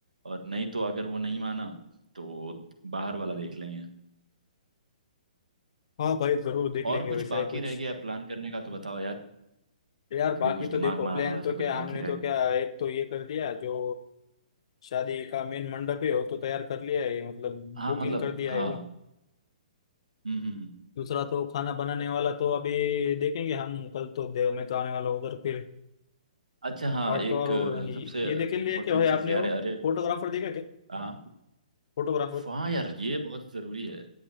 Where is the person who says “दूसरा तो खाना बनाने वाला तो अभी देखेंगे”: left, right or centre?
Left